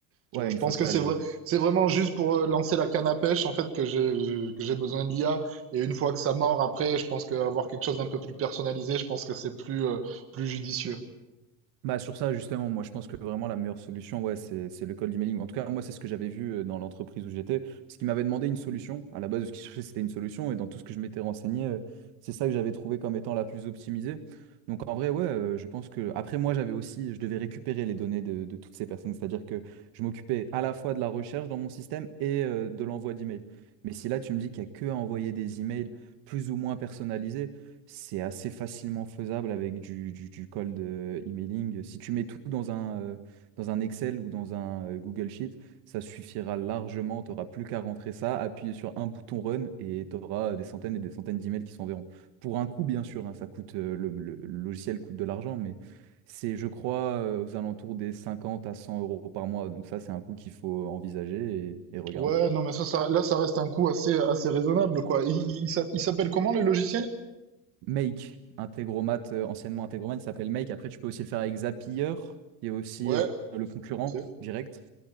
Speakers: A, on the right; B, on the right.
A: Tu
B: Ouais,
A: vois, je
B: une
A: pense
B: fois que
A: que
B: tu
A: c'est
B: as le...
A: vrai, c'est vraiment juste pour euh, lancer la canne à pêche, en fait, que j'ai, je- que j'ai besoin de l'IA. Et une fois que ça mord, après, je pense qu'avoir quelque chose d'un peu plus personnalisé, je pense que c'est plus, euh, plus judicieux.
B: Bah sur ça justement, moi je pense que vraiment la meilleure solution, ouais, c'est c'est le cold emailing. En tout cas, moi c'est ce que j'avais vu euh, dans l'entreprise où j'étais, parce qu'ils m'avaient demandé une solution. À la base, ce qu'ils cherchaient, c'était une solution, et dans tout ce que je m'étais renseigné, euh, c'est ça que j'avais trouvé comme étant la plus optimisée. Donc en vrai, ouais, euh, je pense que après moi j'avais aussi, je devais récupérer les données de, de toutes ces personnes, c'est-à-dire que je m'occupais à la fois de la recherche dans mon système et euh, de l'envoi d'emails. Mais si là tu me dis qu'il n'y a que à envoyer des emails plus ou moins personnalisés. C'est assez facilement faisable avec du, du, du cold euh, emailing. Si tu mets tout dans un, euh, dans un Excel ou dans un euh, Google Sheet, ça suffira largement. Tu n'auras plus qu'à rentrer ça, appuyer sur un bouton run et tu auras des centaines et des centaines d'emails qui s'enverront. Pour un coût, bien sûr, hein, ça coûte, euh, le, le- le logiciel coûte de l'argent, mais c'est, je crois, euh, aux alentours des 50 à 100 euros par mois. Donc ça, c'est un coût qu'il faut envisager et et regarder.
A: Ouais, non, mais ça, ça- là, ça reste un coût assez, assez raisonnable, quoi. Il, il- il s'app- il s'appelle comment, le logiciel?
B: Make, Integromat, euh, anciennement Integromat, il s'appelle Make. Après, tu peux aussi le faire avec Zapier, qui est aussi
A: Ouais,
B: euh, le concurrent
A: ok.
B: direct.